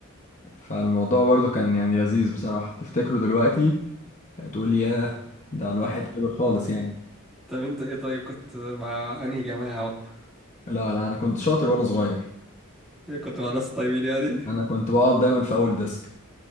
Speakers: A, on the left; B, in the centre.
A: فالموضوع برضو كان يعني لذيذ بصراحة تفتكره دلوقتي تقول لي ياه ده الواحد كبر خالص يعني
B: طب انت ايه طيب كنت مع انهي جماعة بقى؟
A: لا لا أنا كنت شاطر وأنا صغير
B: ايه كنت مع ناس طيبين يعني؟
A: أنا كنت بقعد دايما في أول ديسك